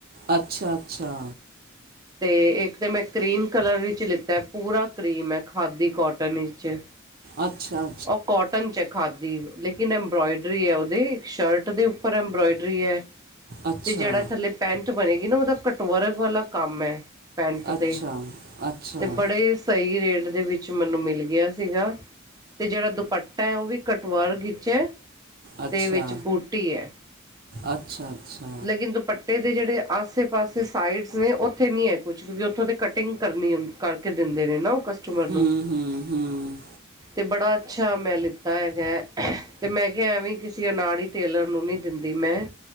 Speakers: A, on the right (about 45°); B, on the right (about 20°).
A: ਅੱਛਾ, ਅੱਛਾ।
B: ਤੇ ਇੱਕ ਤੇ ਮੈਂ ਕਰੀਮ ਕਲਰ ਵਿੱਚ ਲਿੱਤਾ ਪੂਰਾ ਕਰੀਮ ਹੈ ਖਾਦੀ ਕੋਟਨ ਵਿੱਚ।
A: ਅੱਛਾ
B: ਉਹ ਕੋਟਨ ਚੈੱਕ ਖਾਦੀ ਲੇਕਿਨ ਅੰਬਰੋਇਡਰੀ ਹੈ। ਉਹਦੇ ਸ਼ਰਟ ਦੇ ਉੱਪਰ ਅੰਬੋਇਡਰੀ ਹੈ।
A: ਅੱਛਾ
B: ਤੇ ਜਿਹੜਾ ਥੱਲੇ ਪੈਂਚ ਬਣੇਗੀ ਨਾ ਉਹਦਾ ਕੱਟਵਰਗ ਵਾਲਾ ਕੰਮ ਹੈ। ਪੈਂਟ
A: ਅੱਛਾ ਅੱਛਾ
B: ਤੇ
A: ਅੱਛਾ
B: ਤੇ ਬੜੇ ਸਹੀ ਰੇਟ ਦੇ ਵਿੱਚ ਮੈਨੂੰ ਮਿਲ ਗਿਆ ਸੀਗਾ। ਤੇ ਜਿਹੜਾ ਦੁਪੱਟਾ ਹੈ। ਉਹ ਵੀ ਕਟਵਰ ਵਿੱਚ ਹੈ।
A: ਅੱਛਾ
B: ਤੇ ਵਿੱਚ ਬੂਟੀ ਹੈ
A: ਅੱਛਾ, ਅੱਛਾ।
B: ਲੇਕਿਨ ਦੁਪੱਟੇ ਦੇ ਜਿਹੜੇ ਆਸੇ ਪਾਸੇ ਸਾਈਡਸ ਨੇ ਉੱਥੇ ਨਹੀਂ ਹੈ ਕੁਝ ਕਿਉਂਕਿ ਉੱਥੋਂ ਦੀ ਕਟਿੰਗ ਕਰਨੀ ਹੁੰਦੀ ਕਰਕੇ ਦਿੰਦੇ ਨੇ ਨਾ ਉਹ ਕਸਟਮਰ ਨੂੰ।
A: ਹੂੰ ਹੂੰ ਹੂੰ
B: ਅਤੇ ਬੜਾ ਅੱਛਾ ਮੈਂ ਲਿੱਤਾ ਹੈਗਾ ਅਤੇ ਮੈਂ ਕਿਹਾ ਐਵੇਂ ਕਿਸੇ ਅਨਾੜੀ ਟੇਲਰ ਨੂੰ ਨਹੀਂ ਦਿੰਦੀ ਮੈਂ।